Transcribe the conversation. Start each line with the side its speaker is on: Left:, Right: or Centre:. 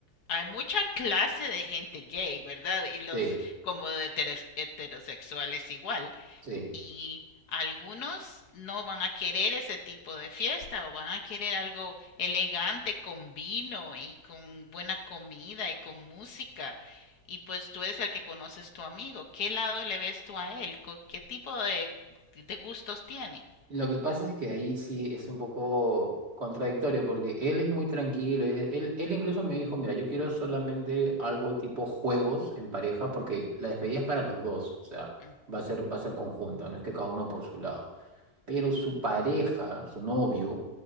Left: hay mucha clase de gente gay, ¿verdad? Y los
Right: sí,
Left: como de heteros- heterosexuales igual
Right: sí.
Left: y algunos no van a querer ese tipo de fiesta o van a querer algo elegante con vino y con buena comida y con música. Y pues tú eres el que conoces tu amigo. ¿Qué lado le ves tú a él? Co- ¿Qué tipo de, de gustos tiene?
Right: Lo que pasa es que ahí sí es un poco contradictorio porque él es muy tranquilo. es- Él, él incluso me dijo, mira, yo quiero solamente algo tipo juegos en pareja porque la despedida es para los dos. O sea,
Left: Ujú,
Right: va a ser, va a ser conjunta, no es que cada uno por su lado. Pero su pareja, su novio,